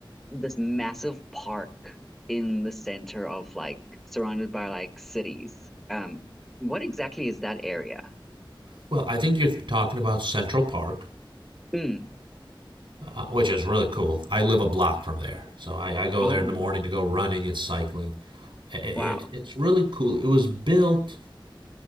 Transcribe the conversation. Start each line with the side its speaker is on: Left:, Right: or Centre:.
Centre: this massive park in the center of like surrounded by like cities. Um what exactly is that area?
Right: well i think you're talking about central park
Centre: Mm.
Right: uh, which is really cool. I live a block from there, so I, I go
Centre: Oh,
Right: there in the morning to go running and cycling. I- It,
Centre: wow.
Right: it's really cool. It was built